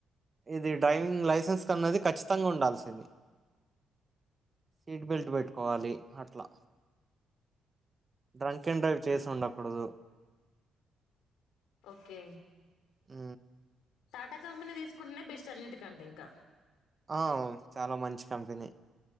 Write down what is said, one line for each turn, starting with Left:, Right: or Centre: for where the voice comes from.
Right: ఇది డ్రైవింగ్ లైసె న్స్ అనేది ఖచ్చితంగా ఉండాల్సి సీట్ బెల్ట్ పెట్టుకోవాలి అట్లా డ్రంక్ అండ్ డ్రైవ్ చేసి ఉండకూడదు,
Left: ఓకే.
Right: హూ
Left: టాటా కంపెనీ తీసుకుంటేనే బెస్ట్ అన్నిటికంటే ఇంకా
Right: ఆ చాలా మంచి కంపెనీ.